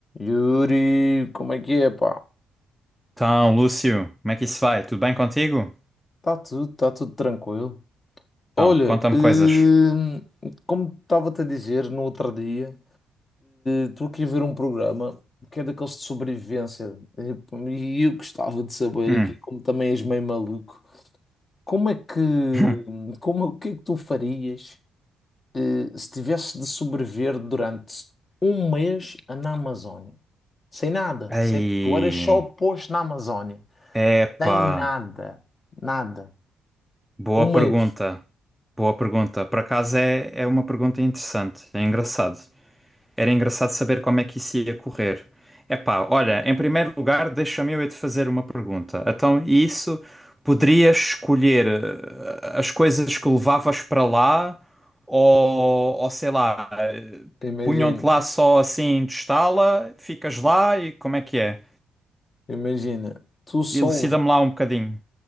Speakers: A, on the left; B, in the centre.
A: Yuri, como é que é, pá?
B: Então, Lúcio, como é que isso vai? Tudo bem contigo?
A: Tá tudo, tá tudo tranquilo.
B: Então,
A: Olha,
B: conta-me
A: hum,
B: coisas.
A: como estava-te a dizer no outro dia, estou aqui a ver um programa que é daqueles de sobrevivência eh, pá, e eu gostava de saber
B: Hum.
A: aqui, como também és meio maluco, como é que,
B: <laughs>
A: como, o que é que tu farias eh, se tivesse de sobreviver durante um mês na Amazónia? Sem nada, sem,
B: Ei,
A: tu eras só posto na Amazónia.
B: epá,
A: Tem nada, nada.
B: boa
A: Um
B: pergunta.
A: mês,
B: Boa pergunta. Por acaso é, é uma pergunta interessante, é engraçado. Era engraçado saber como é que isso ia correr. Epá, olha, em primeiro lugar, deixa-me eu é te fazer uma pergunta. Então, e isso poderias escolher eh, as coisas que levavas para lá ou, ou sei lá,
A: imagina,
B: Punham-te lá só assim, testá-la, ficas lá e como é que é?
A: imagina, tu só,
B: Elucida-me lá um bocadinho.